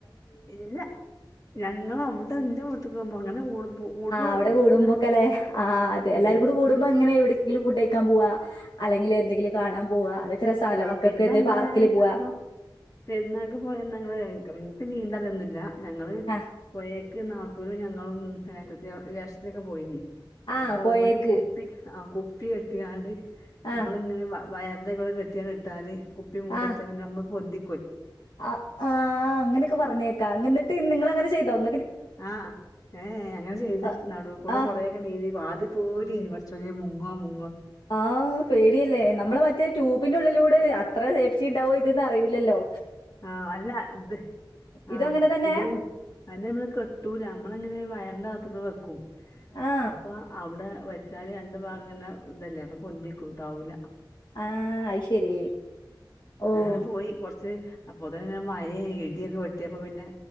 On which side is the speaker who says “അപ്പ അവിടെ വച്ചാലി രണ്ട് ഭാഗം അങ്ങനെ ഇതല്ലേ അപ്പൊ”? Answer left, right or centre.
Left